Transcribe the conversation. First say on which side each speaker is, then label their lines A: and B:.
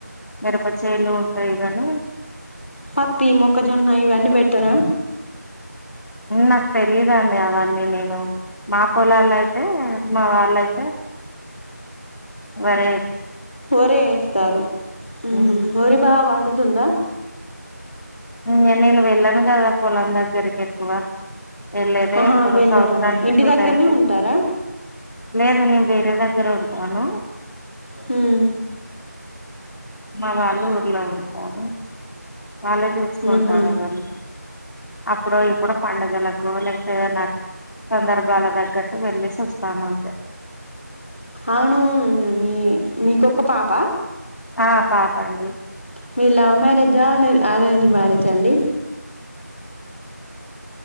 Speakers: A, on the left; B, on the left.
A: మిరప చెలుు ఉంటాయి గధ
B: పత్తి మోక్క జోన్న ఇవి అన్ని బెట్ట త్తర
A: నాకు తెలీదు అండి అవన్నీ నేను మా పొలాలు అయితే మా వాళ్ళ అయితే వర
B: వరే వేస్తారు
A: తెలుసు
B: మ్మ్ వరి బాగా పండు తుంది
A: ఇ నేను వెళ్ళాను కదా పొలం దగ్గరికి ఎక్కువ వెళ్ళలేదే
B: ఆహా
A: ఇప్పుడు
B: వెళ్ళరా
A: సంవత్సరానికి
B: ఇంటి
A: టూ
B: దగ్గరనే
A: టైమ్స్ వెళ్త
B: ఉంటారా
A: లేదు నేను వేరే దగ్గర ఉంటాను
B: మ్మ్
A: మా వాళ్ళు ఊర్లో ఉంటారు వాళ్ళే చూసుకుంటారువరు
B: ఆహా
A: అప్పుడు ఇప్పుడు పడుగల గోల ద నా సందర్భ అాల దగ్గట్ వెళ్ళేసి వస్తాం అంతే
B: అవును మీ మీకొక పాప
A: ఆ పాప అండి
B: మీ లవ్ మ్యారేజా అ అరేంజ్ మ్యారేజ్ అండి